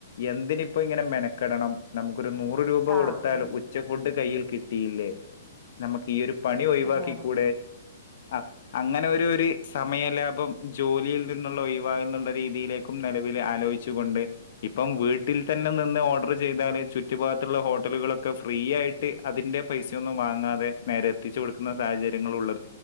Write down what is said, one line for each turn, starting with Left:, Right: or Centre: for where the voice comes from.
Left: എന്തിനിപ്പോ ഇങ്ങനെ മെനക്കെടണം നമുക്ക് ഒരു നൂറ് രൂപ
Centre: ആ
Left: കൊടുത്താൽ
Centre: അതെ
Left: ഉച്ച ഫുഡ് കയ്യിൽ കി ല്ലേ നമുക്ക് ഈ ഒരു പണി ഒഴിവാക്കി
Centre: ശരിയാണ്
Left: കൂടെ ആ അങ്ങനെ ഒരു ഒരു സമയ ലാഭം ജോലിയിൽ നിന്നുള്ള ഒഴിവാക എന്നുള്ള രീതിയിലേക്കും നിലവിൽ ആലോചിച്ചുക കൊണ്ട് ഇപ്പം വീട്ടിൽ തന്നെ നിന്ന് ഓർഡർ ചെയ്താല് ചുറ്റു ഭാഗത്തുള്ള ഹോട്ടലുകളൊക്കെ ഫ്രീ ആയിട്ട് അതിന്റെ പൈസയൊന്നും വാങ്ങാതെ നേരെ എത്തിച്ചു കൊടുക്കുന്ന സാഹചര്യങ്ങളൾ ഉള്ള